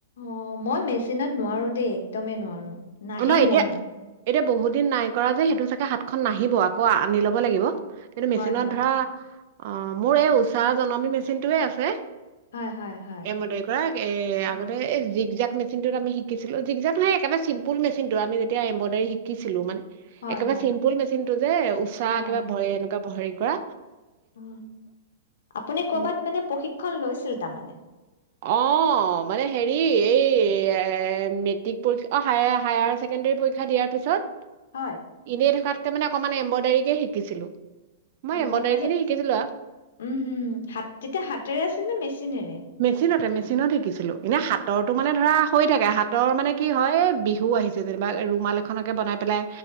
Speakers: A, on the left; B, on the right.
A: অ', মই মেচিনত নোৱাৰো দেই একদমেই নোৱাৰো। নাহেই
B: নহয় এতিয়া
A: মোৰ
B: এতিয়া বহুত দিন নাই কৰা যে সেইটো কাৰণে হাতখন নাহিব আকৌ আনি ল'ব লাগিব। কিন্তু মেচিনত
A: হয় হয়
B: ধৰা অ', মোৰ এই উষা জনমী মেচিনটোৱে আছে।
A: হয় হয় হয়
B: এইমতে কৰা এ
A: অ
B: আগতে এই জিক জাক মেচি যোনটোত আমি শিকিছিলোঁ <unintelligible> সেই একেবাই চি ফুল মেচিনটো আমি যেতিয়া এম্ব্ৰইডাৰী শিকিছিলো মানে
A: হয়
B: একেবাৰে
A: হয়
B: চিম্পুল মেচিনটো যে ঊষা
A: হয়
B: একেবাৰে
A: হয়
B: ভয় এনেকুৱা ভৰি তৰা
A: অ আপুনি ক'বাত
B: উম
A: মানে প্ৰশিক্ষণ লৈছিল তাৰমানে?
B: অ মানে হেৰি এই মেট্ৰিক পৰীক্ষা অ হায় হায়াৰ ছেকেণ্ডেৰী পৰীক্ষা দিয়াৰ পিছত।
A: হয়
B: এনেই থকাত তাৰমানে অকণমান এম্ব্ৰইডাৰীকে শিকিছিলো। মই
A: অ
B: এম্ব্ৰইডাৰী
A: মানে
B: খিনি শিকিছিলো
A: উম হুম হাত তেতিয়া হাতেৰে আছিল নে মেচিনেৰে?
B: ছিলতে মেচিনত শিকিছিলো মানে হাতৰটো মানে ধৰা হৈ থাকে হাতৰ মানে কি হয় বিহু আহিছে যেনিবা ৰুমাল এখনকে বনাই পেলাই